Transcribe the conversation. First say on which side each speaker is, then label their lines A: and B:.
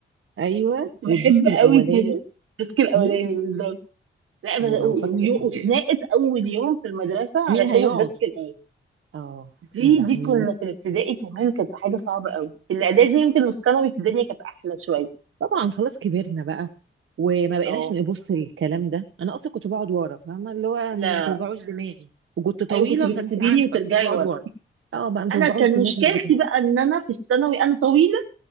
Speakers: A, on the right; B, on the right.
A: ايوه
B: بحب
A: والديسك الاولاني
B: قوي كده الديسك الاولاني
A: مم؟
B: بالظبط لا
A: يا
B: بس-
A: لو
B: و-
A: فاكره
B: ويو- وخناقه اول يوم في المدرسه
A: مين
B: علشان
A: هيقعد
B: الديسك الاول
A: اه
B: دي
A: يا لهوي
B: دي كنا في الابتدائي كمان كانت حاجه صعبه قوي في الاعدادي يمكن والثانوي الدنيا كانت احلى شويه
A: طبعا خلاص كبرنا بقى وما بقيناش
B: اه
A: نبص للكلام ده انا اصلا كنت بقعد ورا فاهمه اللي هو
B: لا
A: مش ما توجعوش دماغي وكنت طويله
B: ايوه كنت بتسيبيني
A: فانت عارفه
B: وترجعي
A: كنت بقعد
B: ورا
A: ورا اه بقى ما توجعوش
B: انا كان
A: دماغي
B: مشكلتي
A: ده
B: بقى ان انا في الثانوي انا طويله